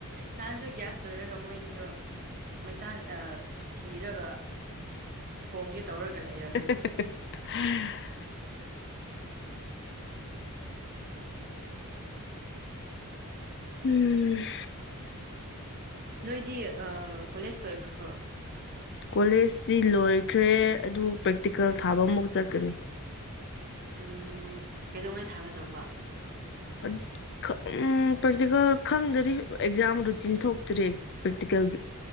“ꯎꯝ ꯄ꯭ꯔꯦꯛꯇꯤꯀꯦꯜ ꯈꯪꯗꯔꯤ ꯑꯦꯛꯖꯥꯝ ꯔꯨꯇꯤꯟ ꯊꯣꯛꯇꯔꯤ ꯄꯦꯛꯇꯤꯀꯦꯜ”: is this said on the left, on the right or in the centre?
Left